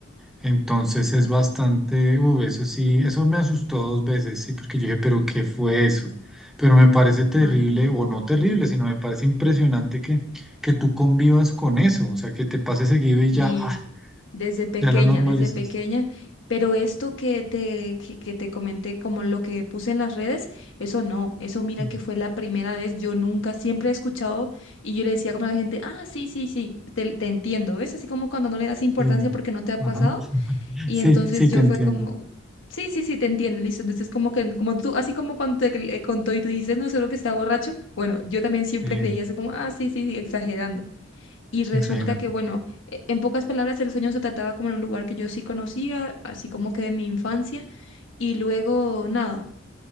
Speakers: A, in the centre; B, on the left.
A: Entonces es
B: Uf,
A: bastante, uy, eso sí, eso me asustó dos veces, sí, porque yo dije, pero ¿qué fue eso? Pero me parece terrible,
B: ajá.
A: o no terrible, sino me parece impresionante que, que tú convivas con eso, o sea, que te pase seguido y
B: Y
A: ya, ah,
B: desde pequeña,
A: ya la normalizas.
B: desde pequeña, pero esto que te, que, que te comenté, como lo que puse en las redes, eso no, eso mira
A: Sí,
B: que fue la primera vez, yo nunca, siempre he escuchado y yo le decía como a la gente, ah, sí, sí, sí, te, te entiendo, ¿ves? Así como cuando no le das importancia
A: sí,
B: porque no te ha
A: ajá,
B: pasado y
A: sí,
B: entonces
A: sí, te
B: yo
A: entiendo.
B: fue como... Sí, sí, sí, te entiendo, listo. Entonces, como que, como tú, así como cuando te cre- eh, contó y tú dices, no, seguro que está borracho. Bueno, yo también siempre
A: Sí,
B: creía eso como, ah, sí, sí, sí, exagerando. Y resulta
A: exagerando.
B: que, bueno, e- en pocas palabras, el sueño se trataba como en un lugar que yo sí conocía, así como que de mi infancia. Y luego, nada,